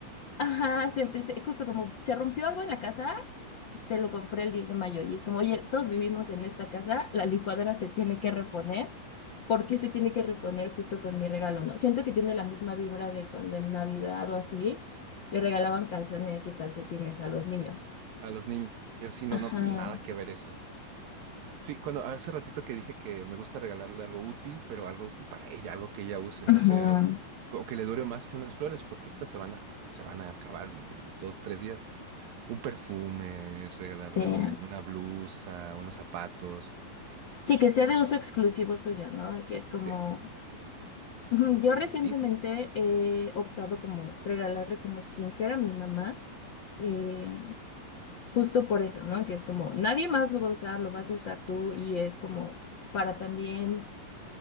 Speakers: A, on the left; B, on the right.
A: Ajá, se- se- justo como se rompió algo en la casa te lo compré el 10 de mayo y es como, oye, todos vivimos en esta casa, la licuadora se tiene que reponer. ¿Por qué se tiene que reponer justo con mi regalo? No, siento que tiene la misma vibra de cuando en Navidad o así le regalaban calzones y calcetines a los niños.
B: A los niños, sí, no,
A: Ajá,
B: no, nada que ver eso. Sí, cuando hace ratito que dije que me gusta regalarle algo útil, pero algo útil para ella, algo que ella use,
A: ajá.
B: no sé, o o que le dure más que unas flores, porque estas se van a, se van a acabar en, en dos, tres días. Un perfume, regalarle
A: eh,
B: un- una blusa, unos zapatos.
A: Sí, que sea de uso exclusivo suyo, ¿no? Que es como,
B: Sí,
A: ujú, yo recientemente
B: sí, sí.
A: he optado como regalarle como skincare a mi mamá. Eh, Justo por eso, ¿no? Que es como nadie más lo va a usar, lo vas a usar tú y es como para también